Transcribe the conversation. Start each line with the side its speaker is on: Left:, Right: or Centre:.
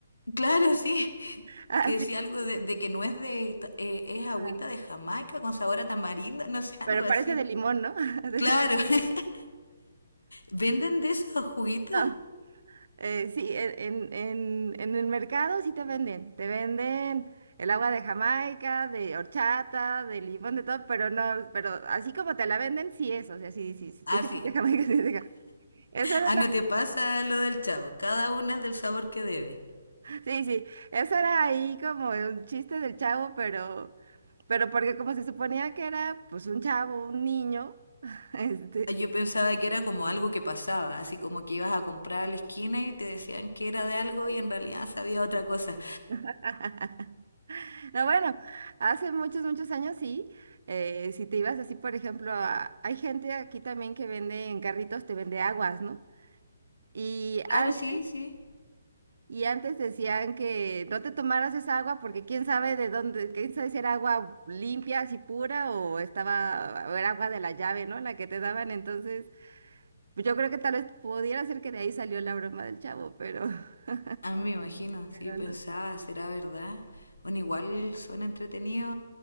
Left: Claro, sí.
Right: <laughs> Ah,
Left: Que decía
Right: sí.
Left: algo de, de que no es de, ta- eh, es agüita
Right: Ajá.
Left: de Jamaica con sabor a tamarindo, no sé, algo
Right: Pero
Left: así.
Right: parece de limón, ¿no? <laughs> De-
Left: Claro. <laughs> ¿Venden de esos juguitos?
Right: no. Eh, sí, en, en- en- en el mercado sí te venden, te venden el agua de Jamaica, de horchata, de limón, de todo, pero no, pero así como te la venden, sí es, o sea, sí, sí, sí,
Left: Ah,
Right: te dicen
Left: sí.
Right: que de Jamaica, <laughs> sí, es de Jamaica. Eso era
Left: Ah,
Right: una-
Left: no te pasa lo del chavo. Cada una es del sabor que debe.
Right: sí, sí, eso era ahí como un chiste del chavo, pero, pero porque como se suponía que era pues un chavo, un niño, <laughs> este...
Left: Ah, Yo pensaba que era como algo que pasaba, así como que ibas a comprar a la esquina y te decían que era de algo y en realidad sabía otra cosa.
Right: <laughs> No, bueno, hace muchos, muchos años sí. eh, si te ibas así, por ejemplo, a- hay gente aquí también que vende en carritos, te vende aguas, ¿no? Y
Left: Claro,
Right: antes,
Left: sí, sí.
Right: y antes decían que no te tomaras esa agua porque quién sabe de dónde, quién sabe si era agua limpia, así pura o estaba, o era agua de la llave, ¿no? La que te daban. Entonces, pues yo creo que tal vez pudiera ser que de ahí salió la broma del chavo, pero, <laughs>
Left: Ah, me imagino.
Right: pero
Left: Sí, yo pensaba,
Right: no.
Left: ¿será verdad? Bueno, igual suena entretenido